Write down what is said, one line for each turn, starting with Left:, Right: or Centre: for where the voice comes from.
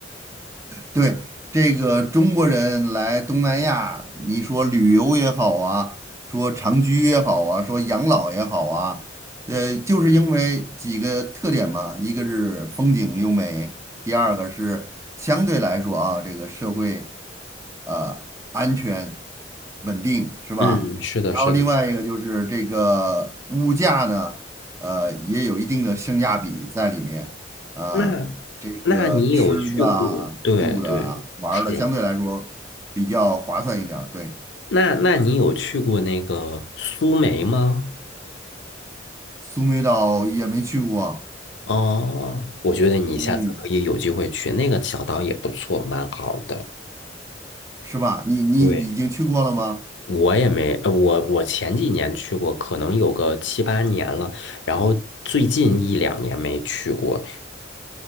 Right: 对，这个中国人来东南亚，你说旅游也好啊，说长居也好啊，说养老也好啊，呃，就是因为几个特点嘛，一个是风景优美，第二个是相对来说啊，这个社会呃安全稳定是吧？
Left: 嗯，是的，
Right: 然后另外一个就是这个物价呢，
Left: 是的。
Right: 呃，也有一定的性价比在里面啊。
Left: 那
Right: 呃这个吃的啊住的啊玩儿的，
Left: 那你有去过？对对，是。
Right: 相对来说比较划算一点儿对，
Left: 那那你有去过那个苏梅吗？
Right: 苏梅岛也没去过，
Left: 哦，我觉得你下次可以有机会去，
Right: 嗯，
Left: 那个小岛也不错，蛮好的。
Right: 是吧？你你已经去过了吗？
Left: 对，我也没，呃，我我前几年去过，可能有个七八年了，然后最近一两年没去过。